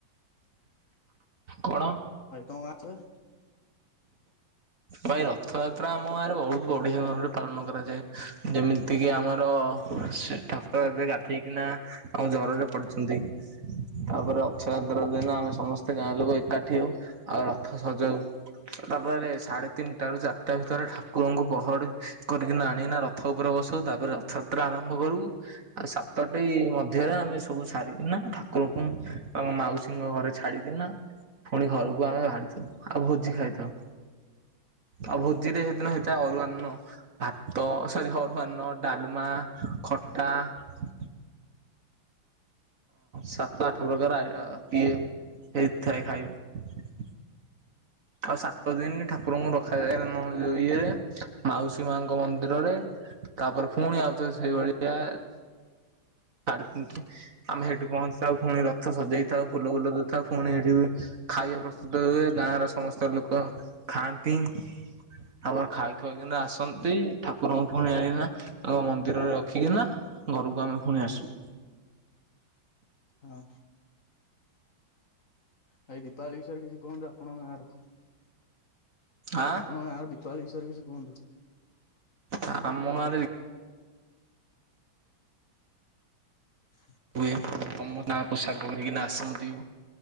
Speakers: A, on the right; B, on the left.
A: କଣ?
B: ଆାଇଟମ ୱାଛଏ
A: ଭାଏରା ରଥଯାତ୍ରା ଆମ ଗାଁରେ ବହୁତ ବଢିଆ ଭାବରେ ପାଳନ କରାଯାଏ ଯେମିତିକି ଆମର ସେ ଠାକ ର ଏବେ ଗାଧେଇକିନା ଆଉ ଜରରେ ପଡି ଛନ୍ତି ତାପରେ ଅଥଯାତ୍ରା ଦିନ ଆମେ ସମସ୍ତେ ଗାଁ ଲୋକ ଏକାଠି ହଉ। ଆଉ ରଥ ସଜାଉ ତାପରେ ସାଢେ ତିନିଟା ରୁ ଚାରିଟା ଭିତରେ ଠାକୁରଙ୍କୁ ପହଡି କରିକିନା ଆଣିକି ନା ରଥ ଉପରେ ବସଉ ତାପରେ ରଥଯାତ୍ରା ଆରମ୍ଭ କରୁ। ଆଉ ସାତଟି ମଧ୍ୟରେ ଆମେ ସବୁ ସାରିକିନା କଙ୍କୁ ଆମ ମାଉସୀଙ୍କ ଘରେ ଛାଡ଼ିକିନା ଫୁଣି ଘରକୁ ଆମେ ଭାରୁଥିଲୁ। ଆଉ ଭୋଜି ଖାଇଥାଉ। ଆଉ ଭୋଜିରେ ହେଦିନ ହେଇଥାଏ ଅରୁଆନ୍ନ ଭାତ ସରି ହରୁଆନ୍ନ ଡାଲମା ଖଟା ହଁ ସାତ ଆଠ ପ୍ରକାର ଆଇଆ ଇଏ ହେଇଥାଏ ଖାଇବା। ଆଉ ସାତ ଦିନ ଠାକୁରଙ୍କୁ ରଖାଯାଏ ମ ଯୋଉ ଇଏ ମାଉସୀ ମାଙ୍କ ମନ୍ଦିରରେ ତାପରେ ଫୁଣି ଆଉଥରେ ସେଇଭଳିଆ ସାଢେ ତିନି ଆମେ ହେଇଠି ପହଞ୍ଚିଥାଉ ପୁଣି ରଥ ସଜେଇ ଥାଉ ଫୁଲ ଫୁଲ ଦେଇଥାଉ। ପୁଣି ଏଠି ଖାଇବା ପ୍ରସ୍ତୁତ ହୁଏ ଗାଁର ସମସ୍ତ ଲୋକ ଖାଆନ୍ତି। ଆମର ଖାଇ ଖୁଆଇକିନା ଆସନ୍ତି ଠାକୁରଙ୍କୁ ଫୁଣି ଆନିକିନା ଆମ ମନ୍ଦିରରେ ରଖିକି ନା ଘରକୁ ଆମେ ଫୁଣି ଆସୁ।
B: ହୁଁ। ଭାଇ ଦୀପାବଳି ବିଷୟରେ କିଛି କୁହନ୍ତୁ ଆପଣଙ୍କ ଗାଁର?
A: ଆ
B: ଆପଣଙ୍କ ଗାଁର ଦିପ୍ ପାଳି ବିଷୟରେ କିଛି କୁହନ୍ତୁ?
A: ଆ ମ ଗାଁରେ ଦୀ
B: <inaudible>
A: ହୁଏ, ତମ ନା ପଶାଗ କରିକିନା ଆସନ୍ତି।